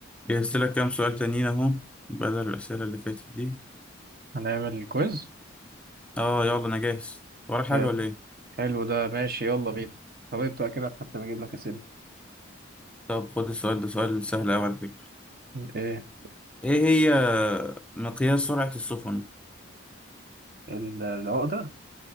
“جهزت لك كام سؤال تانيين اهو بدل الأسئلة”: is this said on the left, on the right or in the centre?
Centre